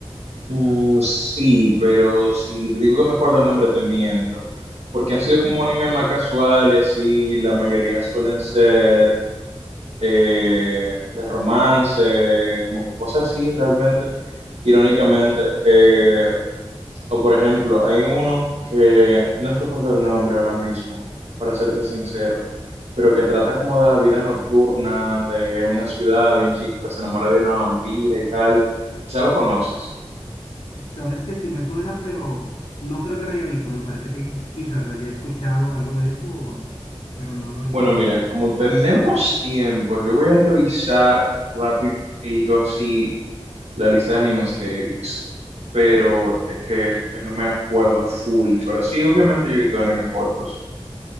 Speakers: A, on the right; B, on the left.
A: Mm, sí, pero si te digo que me acuerdo el nombre te miento, porque han sido como animes más casuales y la mayoría suelen ser eh, de romance, como que cosas así realmente, irónicamente. Eh, o por ejemplo, hay uno que no recuerdo el nombre ahora mismo, para serte sincero, pero que trata como de la vida nocturna de una ciudad, de un chico que se enamora de una vampira y tal. Ya lo conoces.
B: Sabes que sí me suena, pero no creo que lo haya visto. Me parece que quizás haya escuchado algo de eso o así, pero no lo he...
A: Bueno,
B: no-
A: mira, como tenemos tiempo, yo voy a revisar rapidito así la lista de animes que he visto, pero es que, que no me acuerdo full, pero sí, obviamente yo he visto animes cortos.